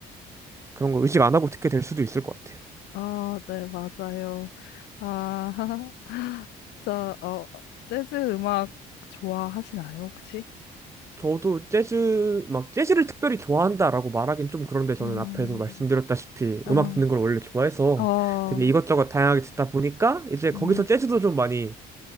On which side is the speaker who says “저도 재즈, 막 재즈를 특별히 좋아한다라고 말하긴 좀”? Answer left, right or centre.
Right